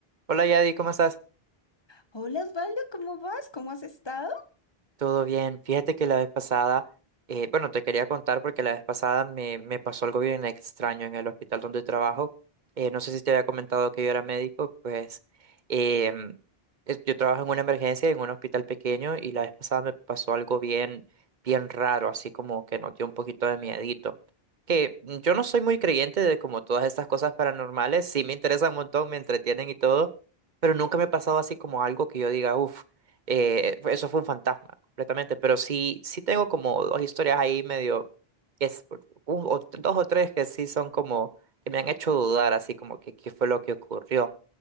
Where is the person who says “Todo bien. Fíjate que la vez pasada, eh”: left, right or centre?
Right